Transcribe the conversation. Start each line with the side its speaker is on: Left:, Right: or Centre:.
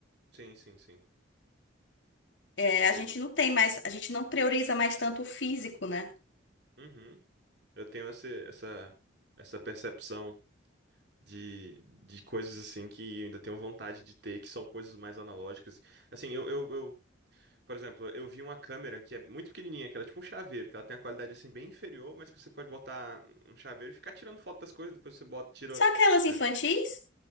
Right: Sim, sim, sim.
Left: É,
Right: Eu
Left: a
Right: tenho.
Left: gente não tem mais, a gente não prioriza mais tanto o físico, né?
Right: Uhum. Eu tenho essa essa, essa percepção de, de coisas assim que eu ainda tenho vontade de ter, que são coisas mais analógicas. Assim, eu, eu, eu Por exemplo, eu vi uma câmera que é muito pequenininha, que ela é tipo um chaveiro, que ela tem a qualidade assim bem inferior, mas que você pode botar um chaveiro e ficar tirando foto das coisas, depois você bota, tira.
Left: Só aquelas
Right: é.
Left: infantis?